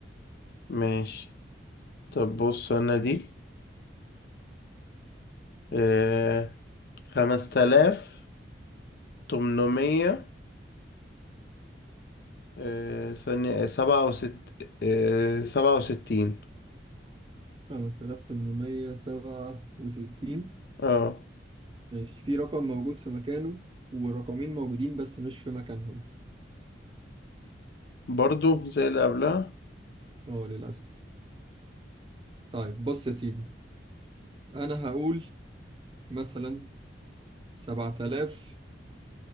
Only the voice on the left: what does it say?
ماشي طب بص أنا دي آه خمس تلاف تمنمية آه ثانية سبعة وست آه سبعة وستين
اه
برضو زي اللي قبلها